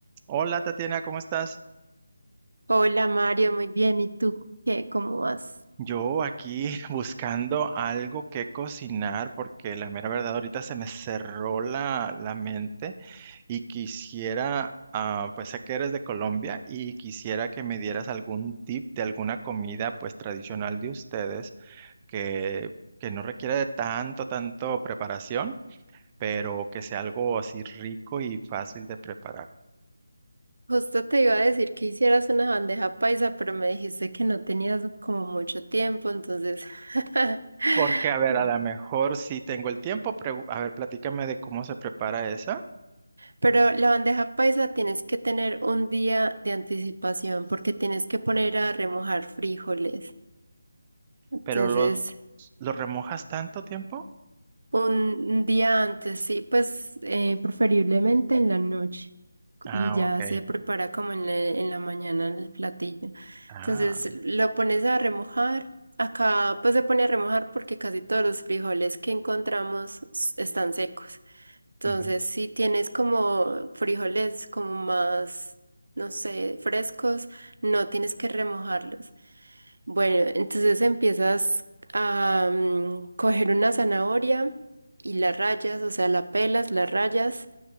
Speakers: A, on the right (about 20°); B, on the right (about 75°).
A: Hola Tatiana, ¿cómo estás?
B: Hola Mario, muy bien. ¿Y tú qué? ¿Cómo vas?
A: Yo aquí <laughs> buscando algo que cocinar porque la mera verdad ahorita se me cerró la, la mente y quisiera, ah, pues sé que eres de Colombia y quisiera que me dieras algún tip de alguna comida pues tradicional de ustedes que, que no requiere de tanto, tanto preparación, pero que sea algo así rico y fácil de preparar.
B: Justo te iba a decir que hicieras una bandeja paisa, pero me dijiste que no tenías como mucho tiempo, entonces... <laughs>
A: Porque, a ver,
B: Mm.
A: a lo mejor sí tengo el tiempo, pero a ver, platícame de cómo se prepara esa.
B: Pero la bandeja paisa tienes que tener un día de anticipación porque tienes que poner a remojar frijoles. Entonces,
A: Pero los, ¿los remojas tanto tiempo?
B: Un día antes, sí, pues eh, preferiblemente en la noche
A: Ah,
B: y ya
A: ok.
B: se prepara como en la, en la mañana el platillo.
A: Ah,
B: Entonces lo pones a remojar. Acá pues se pone a remojar porque casi todos los frijoles que encontramos s- están secos. Entonces
A: ujú.
B: si tienes como frijoles como más, no sé, frescos, no tienes que remojarlos. Bueno, entonces empiezas a mm, coger una zanahoria y la rayas, o sea, la pelas, la rayas.